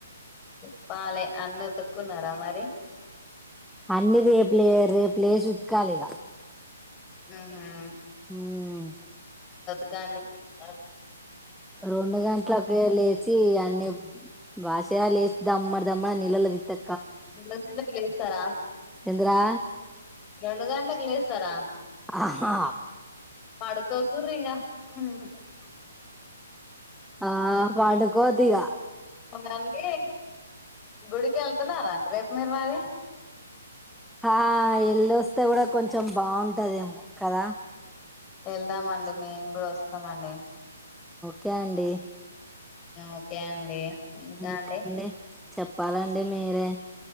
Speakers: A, on the left; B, in the centre.
A: సాలె అన్నుతుకున్నర మరి
B: అన్ని రేపులే రేపులేస్ ఉతకాలి ఇగ
A: మ్మ్ హ్మ్
B: మ్మ్
A: రండి ఆగు
B: రొండు గంటలకే లేచి అన్ని బాషి ఇగ లేస్ దమ్మడ్ దమ్మడ్ నిలదితది
A: బిన బిన లేస్తరా
B: ఏందిరా
A: రెండు గంట్లకి లేస్తారా
B: ఆహా
A: పడుకోకుర్రి ఇగ మ్మ్
B: ఆ పండుకోద్దిగా
A: మ్మ్ గంతే గుడికి వెళ్తున్నార రేపు మీరు మరి
B: ఆ ఎల్ళ వస్తే కూడా కొంచెం బాగుంటదేమో కదా
A: వెళ్దామండి మేము కూడా వస్తామండి
B: క్యాండీ
A: ఓకే అండి ఇంకా
B: ఇంతండి
A: అండి
B: చెప్పాలండి మీరే